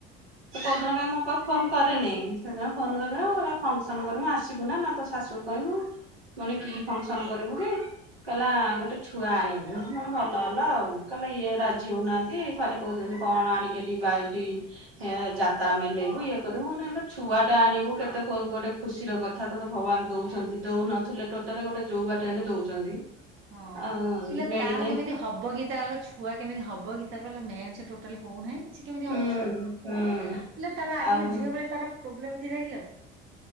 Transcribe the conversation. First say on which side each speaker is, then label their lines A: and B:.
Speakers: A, on the right; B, on the right.
A: ତ କୋଉ ଦିନ କାଇଁ ମୋ ପାଖକୁ ଫୋନ କରେନି। ସେଦିନ ଫୋନ
B: ହଁ
A: କରିଥିଲା କଲା ଫଙ୍କସନ କରିବୁ ଆସିବୁ ନା ନା ତ ଶାଶୁକୁ କହିବୁ ମାନେ କି ଫଙ୍କସନ କରିବୁ କି? କହିଲା ଗୋଟେ ଛୁଆ ଆଣିବୁ। ମାନେ ଭଲ ହେଲା ଆଉ କହିଲା ଇଏ ରାଜି ହଉନାହାନ୍ତି। ସେ ଖାଲି କହୁଛନ୍ତି କଣ ଆଣିକି ଏଠି ବାଲଟି ଏ ଯାତ୍ରା ମେଲେଇବୁ ଇଏ କରିବୁ ନହେଲେ ଛୁଆ ଟା ଆଣିବୁ କେତେ ଗୋଟେ ଖୁସି ର କଥା କଥା ତତେ ଭଗବାନ ଦଉଛନ୍ତି ଦଉ ନଥିଲେ ଟୋଟାଲ ଗୋଟେ ଯୋଉ ବାଟ ହେଲେ ଦଉଛନ୍ତି।
B: ହଁ
A: ଆଉ
B: ହେଲେ
A: ମେଡି
B: ତାର
A: ଦେ
B: କେମିତି ହବ କି ତାର ଛୁଆ କେମିତି ହବ କି ତାର ମେନ୍ସେ ଟୋଟାଲି ହଉନାହିଁ। କେମିତି
A: ହୁଁ
B: ହବୁ ଛୁଆ। ହେଲେ
A: ହୁଁ
B: ତାର ଆଗରୁ
A: ଆଉ
B: ଝିଅ ବେଳେ ତାର ପ୍ରୋବ୍ଲେମ ଥିଲା କି ଆଉ।